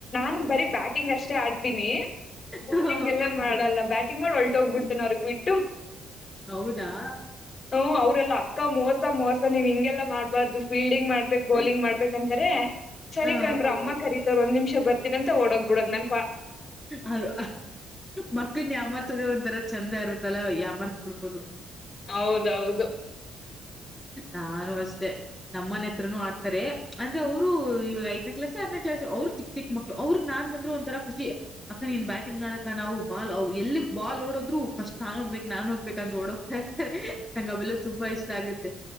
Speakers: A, on the left; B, in the centre.
A: ನ ಬೀ ಬ್ಯಾಟಿಂಗ್ ಅಷ್ಟೇ ಆಡ್ತೀನಿ ಬೌಲಿಂಗ್
B: ಹ
A: ಎಲ್ಲ ಮಾಡ ಮಾಡಲ್ಲ ಬ್ಯಾಟಿಂಗ್ ಮಾಡಿ ಹೋಗ್ಬಿಡ್ತೇನೆ ಅವ್ರಗ್ ಬಿಟ್ಟು
B: ಹೌದಾ
A: ಹ್ಮ್ ಅವ್ರಲ್ಲ ಅಕ್ಕ ಮೋಸ ಮೋಸ ನೀನ್ ಹಿಂಗೆಲ್ಲ ಮಾಡಬಾರ್ದು ಫೀಲ್ಡಿಂಗ್ ಮಾಡ್ಬಬೇಕು ಬೌಲಿಂಗ್ ಮಾಡ್ಬಬೇಕು ಯಾಕಂತಾರೆ ಸರಿಕಣ್ರು
B: ಅ
A: ಅಮ್ಮ ಕರೀತಾವರೆ ಒಂದ್ ನಿಮಿಷ ಬರ್ತೀ ಅಂತ ಓಡೋಗ್ ಬಿಡೋ ನನ್ಗೆ
B: ಅದು ಮಕ್ಕಳನ ಯಾಮರ್ಸೋದು ಒಂತರ ಚಂದ ಇರುತ್ತಲ್ಲ ಯಾವ ಅರ್ ಬಿಡ್ಬೋದು
A: ಹೌದೌದು
B: ನಾನು ಅಷ್ಟೆ ನಮ್ಮನೆ ಹತ್ರನೂ ಆಡ್ತಾರೆ ಅಂದ್ರೆ ಅವರು ಇವಾಗ ಐದನೇ ಕ್ಲಾಸ್ ಆರನೇ ಕ್ಲಾಸ್ ಅವ್ರು ಚಿಕ್ ಚಿಕ್ಳು ಅವ್ರಗ್ ನಾನ್ ಬಂದ್ರು ಒ ತರ ಖುಷಿ ಅಕ್ಕ ನೀನ್ ಬ್ಯಾಟಿಂಗ್ ಮಾಡಕ ನಾವು ಬಾಲ್ವು ಎಲ್ಲಿಗ್ ಬಾಲ್ಓಡದ್ ಫಸ್ಟ್ ನಾನ ಹೋಗ್ಬೇಕು ನಾನು ಹೋಗ್ಬೇಕು ಅಂತ ಓಡೋಕ್ ನಂಗ ಆವೇಲ ತುಂಬಾ ಇಷ್ಟ ಆಗತ್ತೆ